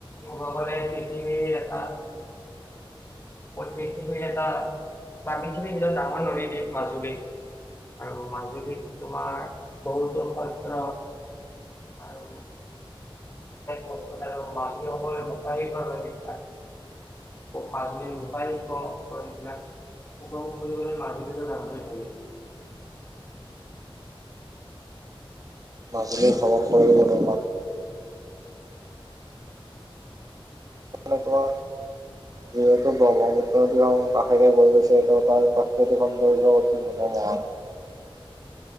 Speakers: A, on the left (about 25°); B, on the right (about 40°).
A: গবলে পৃথিৱী এটা বিশ এটা ন পৃথিৱী নিজৰ ডাঙৰ নদী দ্বীপ মাজুলী আৰু মাজুলীত তোমাৰ বহুতো সত্ৰ আৰু কচ আৰু মাজুলী সকললৈ মুোকাহকৰ হয় বিখ্যাত মাজুলী । <unintelligible> এইবিলাক উপভোগ কৰিবলৈ মাজুলীলৈ যাম বুলি ভাবিছো
B: মাজুলী ভ্ৰমণ কৰিল মাজুলী একা যিহেতু ব্ৰহ্মপুত্ৰদি কাষেৰে বৈ গৈছে ত তাৰ প্ৰাকৃতিক সৌন্দৰ্য অতি মনোমোহা